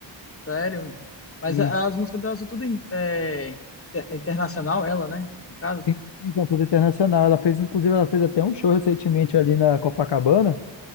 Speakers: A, on the left; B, on the left.
A: Sério? Mas
B: E
A: a- as músicas dela são tudo em- é, inter- internacional, ela, né? No caso.
B: tem visão toda internacional. Ela fez, inclusive, ela fez até um show recentemente ali na Copacabana.